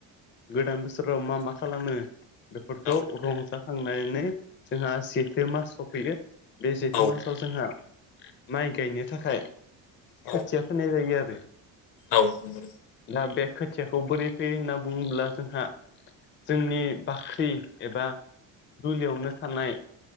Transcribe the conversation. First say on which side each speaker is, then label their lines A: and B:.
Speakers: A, on the left; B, on the left.
A: गोदान बोसोराव मा मा खालामो बेफोरखौ
B: औ
A: रंजा थांनानै जोंहा जेथो मास सफैयो बे जेथो
B: औ
A: मासाव जोंहा माइ गायनो थाखाय
B: औ
A: खोथिया फोनाय जायो आरो
B: औ औ
A: दा बे खोथियाखौ बोरै फैयो होनना बुङोब्ला जोंहा जोंनि बाख्रि एबा दुलियावनो थानाय